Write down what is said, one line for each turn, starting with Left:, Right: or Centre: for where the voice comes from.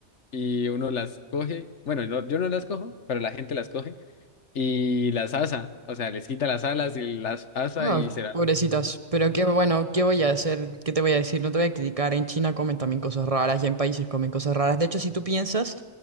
Left: y uno las coge. Bueno, no- yo no las cojo, pero la gente las coge y las asa. O sea, les quita las alas y las asa
Right: Ah,
Left: y se
Right: pobrecitas. Pero qué bueno, ¿qué voy a hacer? ¿Qué te voy a decir? No te voy a criticar. En China comen también cosas raras y en países comen cosas raras. De hecho, si tú piensas,